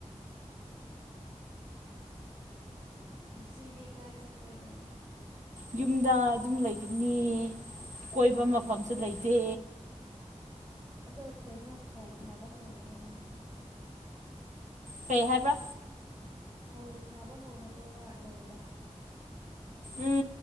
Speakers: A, on the right (about 55°); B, on the right (about 75°).
A: ꯉꯁꯤꯗꯤ ꯀꯥꯏ ꯆꯠꯇꯣꯏꯕ
B: ꯌꯨꯝꯗ ꯑꯗꯨꯝ ꯂꯩꯒꯅꯤ ꯀꯣꯏꯕ ꯃꯐꯝꯁꯨ ꯂꯩꯇꯦ
A: ꯑꯗꯣ ꯀꯩꯅꯣ ꯐꯧ ꯊꯥꯕ ꯍꯧꯔꯕꯣ ꯅꯣꯏ
B: ꯀꯩ ꯍꯥꯏꯕ꯭ꯔꯥ
A: ꯐꯧ ꯊꯥꯕ ꯍꯧꯔꯕꯕ ꯂꯧꯗ
B: ꯎꯝ